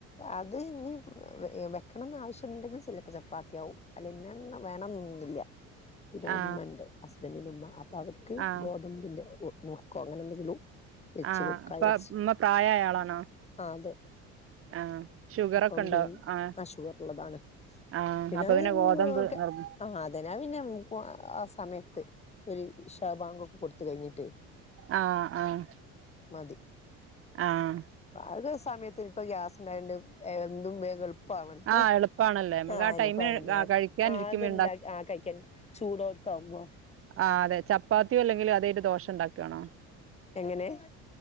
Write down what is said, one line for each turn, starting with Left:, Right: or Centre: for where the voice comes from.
Left: അത് ഇനി വെക്കണന്ന് ആവശ്യണ്ടെങ്കിൽ ചെലപ്പൊ ചപ്പാത്തിയാവും ഇന്നതന്നെ വേണമെന്നില്ല പിന്നെ
Right: ആ
Left: ഉമ്മണ്ട് ഹസ്ബന്റിന്റെ ഉമ്മ അപ്പൊ അവര്ക്ക്
Right: ആ
Left: ഗോതമ്പിന്റെ ഉപ്മ കോ, അങ്ങനെന്തെകിലും വെച്ച്
Right: ആ
Left: കൊടുക്കാരിച്ച്
Right: ഇപ്പ ഉമ്മ പ്രായായ ആളാണോ?
Left: ആഹ് അതെ
Right: ആ ഷുഗറൊക്കെ
Left: അപ്പം
Right: ഉണ്ടോ?
Left: പിൻ
Right: ആ
Left: അഷുഗറുള്ളതാണ്
Right: ആ
Left: പിന്നെ
Right: അപ്പൊ
Left: അത് നിന്നോട്ടെ
Right: ഗോതമ്പ് നിർബ
Left: ആഹ് അതിനാ പിന്നപ്പോ ആ സമയത്ത് ഒര് ഇശ ബാങ്കൊക്കെ കൊടുത്ത് കഴിഞ്ഞിട്ട്
Right: ആഹ് ആഹ്
Left: മതി
Right: ആഹ്
Left: അത് സമയത്തിനിപ്പൊ ഗ്യാസുണ്ടായൊണ്ട് എന്തും വേഗും എളുപ്പ പാണ്
Right: ആ എളുപ്പാണല്ലേ. നമ്മക്ക്
Left: ആഹ്
Right: ആ ടൈമിന് കഴിക്കാനിരിക്കുമ്പോ
Left: അതെന്നെ അത്ണ്ടാക്ക ആ കഴിക്കാൻ ചുടോ കമ്മോ
Right: ആഹ് അതെ ചപ്പാത്തിയൊ അല്ലെങ്കില് അതെറ്റ് ദോശണ്ടാക്കണോ
Left: എങ്ങനെ